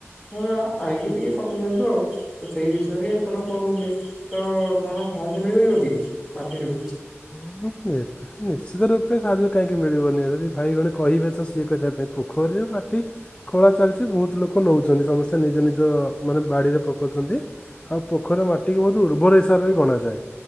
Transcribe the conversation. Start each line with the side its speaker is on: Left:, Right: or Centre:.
Centre: ହଁ ଆଣିକି ଟିକେ ପକେଇ ଯାଆନ୍ତୁ ଆଉ। ତ ସେଇ ବିଷୟରେ ଆପଣଙ୍କୁ ଫୋନ କରୁଥିଲି। ତ କଣ ସାହାଯ୍ୟ ମିଳିପାରିବ କି ମାଟିରୁ।
Left: <unintelligible> ନିଶ୍ଚିତ ରୂପେ ସାହାଯ୍ୟ କାହିଁକି ମିଳିବନି। ଯଦି ଭାଇଗଣେ କହିବେ ତ <unintelligible> ପୋଖରୀରୁ ମାଟି ଖୋଳା ଚାଲିଛି ବହୁତ ଲୋକ ନେଉଛନ୍ତି ସମସ୍ତେ ନିଜ ନିଜ ମାନେ ବାଡ଼ିରେ ପକାଉଛନ୍ତି। ଆଉ ପୋଖରୀ ମାଟିକୁ ବହୁତ ଉର୍ବର ହିସାବରେ ବି ଗଣାାଯାଏ